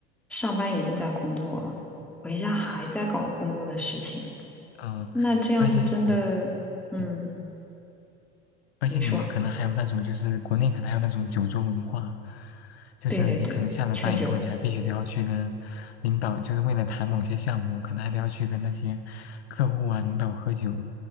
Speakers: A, in the centre; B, on the left.
A: 上班已经在工作了，回家还在搞工作的事情，
B: 嗯、
A: 那这样子真的，
B: 而且对。
A: 嗯，
B: 嗯。而且你们可能还有那种，
A: 你说，
B: 就是国内可能还有那种酒桌文化，就是你可能下了班以后，
A: 对对对，劝酒，
B: 你还必须得要去跟领导，就是为了谈某些项目，可能还得要去跟那些客户啊、领导喝酒，